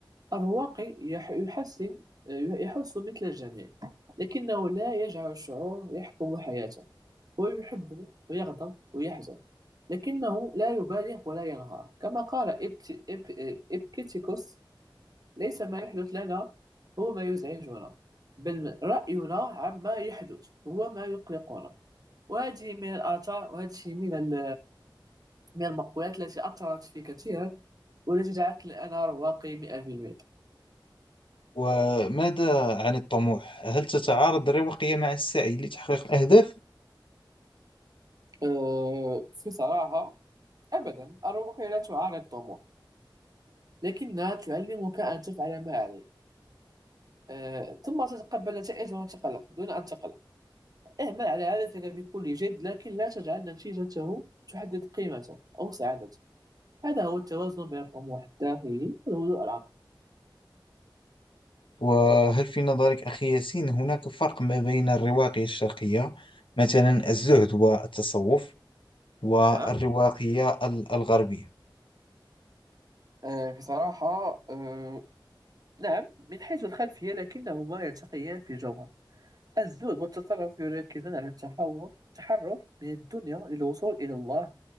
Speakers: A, on the right; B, on the left.
A: الواقع يح- يحسن آه، يحس مثل الجميع لكنه لا يجعل الشعور يحكم حياته هو يحب ويغضب ويحزن لكنه لا يبالغ ولا ينهار كما قال إبت- إب- إبكتيكوس ليس ما يحدث لنا هو ما يزعجنا بل رأينا عما يحدث هو ما يقلقنا وهذه من الآثار وهذه من ال من المقولات التي أثرت في كثيرا والتي جعلتني أنا رواقي 100%
B: وماذا عن الطموح هل تتعارض الرواقية مع السعي لتحقيق الأهداف
A: أه في صراحة أبدا الرواقية لا تعارض الطموح لكنها تعلمك أن تفعل ما عليك أه ثم تتقبل النتائج دون تقلق دون أن تقلق اعمل على هدفك بكل جد لكن لا تجعل نتيجته تحدد قيمته أو سعادته هذا هو التوازن بين الطموح الداخلي والهدوء العقلي
B: وهل في نظرك أخي ياسين هناك فرق ما بين الرواقية الشرقية مثلا الزهد والتصوف والرواقية
A: نعم
B: ال- الغربية
A: أه بصراحة أه نعم من حيث الخلفية لكنهما يلتقيان في الجوهر الزهد والتطرف يركزون على التحول التحرر من الدنيا للوصول إلى الله